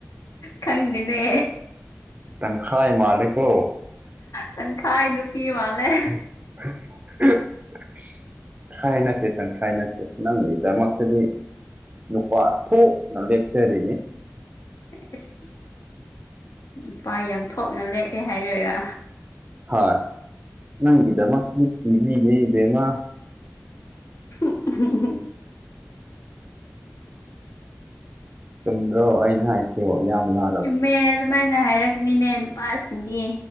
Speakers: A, on the left; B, on the right.
A: ꯈꯪꯗꯦꯅꯦ
B: ꯇꯟꯈꯥꯏ ꯃꯥꯂꯦꯀꯣ
A: ꯇꯪꯈꯥꯏ ꯅꯨꯄꯤ ꯃꯥꯜꯂꯦ
B: <inaudible> ꯈꯥꯏꯅ ꯇꯦ ꯇꯥꯟ ꯈꯥꯏꯅꯠꯇꯦ ꯅꯪꯒꯤꯗꯃꯛ ꯇꯗꯤ ꯅꯨꯄꯥ ꯊꯣꯛꯅ ꯂꯦꯞꯆꯔꯤꯅꯤ
A: ꯏꯁ ꯅꯨꯄꯥ ꯌꯥꯝ ꯊꯣꯛꯅ ꯂꯦꯞꯄꯦ ꯍꯥꯏꯔꯣꯏꯔꯥ
B: ꯍꯣꯏ ꯅꯪꯒꯤꯗ ꯃꯀꯂꯤ ꯀꯤꯕꯤ ꯂꯩ ꯏꯕꯦꯃ
A: ꯎ
B: ꯆꯨꯝꯗ꯭ꯔꯣ ꯑꯩꯅ ꯍꯥꯏꯁꯤꯕꯣ ꯌꯥꯝ ꯂ
A: ꯆꯨꯝꯃꯦ ꯑꯗꯨꯃꯥꯏꯅ ꯍꯥꯏꯔꯛꯅꯤꯅꯦ ꯅꯨꯄꯥꯁꯤꯡꯗꯤ